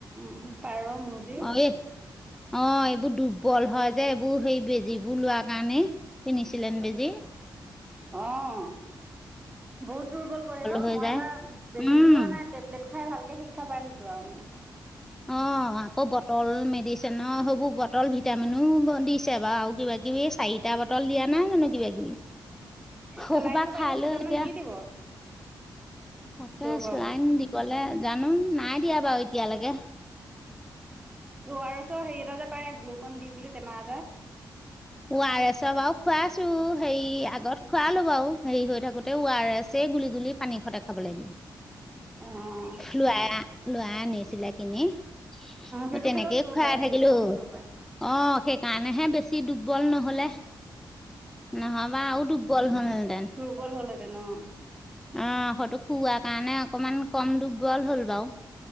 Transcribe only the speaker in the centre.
অ' এই অ', এইবোৰ দুৰ্বল হয় যে এইবোৰ সেই বেজীবোৰ লোৱাৰ কাৰণে, কিনিছিলেন বেজি।
হৈ
যায়
উম
অ'। অ' আকৌ বটল মেডিচিনৰ সেইবোৰ বটল ভিটামিনো দিছে বাৰু, আৰু কিবা-কিবি চাৰি টা বটল দিয়া নাই জানো, কিবা-কিবি। সৌসোপা
খাই
লৈ
এতিয়া,
তাকে
চেলাইন
দি গ'লে জানো নাই দিয়া বাৰু, এতিয়ালৈকে।
উৱাৰেছৰ বাৰু খুৱাই আছোঁ, হেৰি আগত খোৱালো বাৰু হেৰি হৈ থাকোতে, উৱাৰেছে গুলি গুলি পানীৰ সৈতে খাবলৈ
দিওঁ।
লোৱাাই লোৱা অনিছিলে কিনি।
অ', তেনেকেই
খুৱাই
থাকিলো।
অ',
সেইকাৰণেহে বেছি দুৰ্বল নহ'লে। ন' হবা‌ আৰু দূৰ্বল হ'ল হেতেন।
অ', সৈতো খুওৱা কাৰণে অকমান ক'ম দুৰ্বল হ'ল বাৰু।